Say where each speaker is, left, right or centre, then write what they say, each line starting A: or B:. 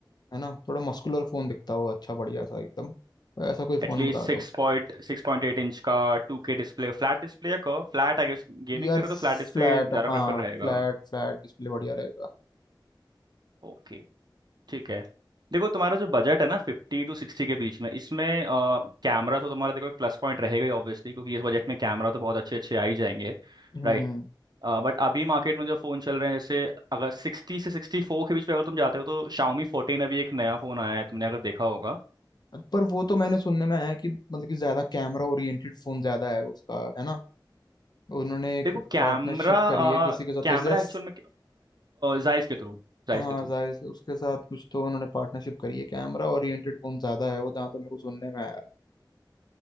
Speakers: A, on the left; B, on the right.
A: है ना थोड़ा मस्कुलर फोन दिखता हो अच्छा बढ़िया सा एकदम तो ऐसा कोई फोन
B: एटलीस्ट
A: बता
B: सिक्स
A: दो
B: पॉइंट सिक्स पॉइंट एट इंच का टू के डिस्प्ले फ्लैट डिस्प्ले या curve Flat I guess Gaming
A: यार
B: करो
A: फ्लैट
B: तो फ्लैट डिस्प्ले ज़्यादा
A: हाँ
B: प्रेफर
A: फ्लैट
B: रहेगा
A: फ्लैट डिस्प्ले बढ़िया रहेगा
B: ओके ठीक है देखो तुम्हारा जो बजट है ना फिफ्टी टू सिक्सटी के बीच में इसमें अ, कैमरा तो तुम्हारा देखो एक प्लस पॉइंट रहेगा ही ऑब्वियसली क्योंकि इस बजट में कैमरा तो बहुत अच्छे अच्छे आ ही जाएंगे
A: हम्म
B: राइट बट अभी मार्केट में जो फ़ोन चल रहे हैं जैसे अगर सिक्सटी से सिक्सटी फोर के बीच पे अगर तुम जाते हो तो शाओमी फोर्टीन अभी एक नया फ़ोन आया है तुमने अगर देखा होगा
A: पर वो तो मैंने सुनने में है कि मतलब कि ज्यादा कैमरा ओरिएंटेड फोन ज्यादा है उसका है ना उन्होंने एक
B: देखो कैमरा
A: पार्टनरशिप करी है किसी के साथ
B: कैमरा
A: तो जेस
B: एक्चुअल में जायज़ के थ्रू जायज़
A: हाँ
B: के थ्रू
A: जाहिर से उसके साथ कुछ तो उन्होंने पार्टनरशिप करी है कैमरा ओरिएंटेड फोन ज्यादा है वो जहाँ तो मेरे को सुनने में आया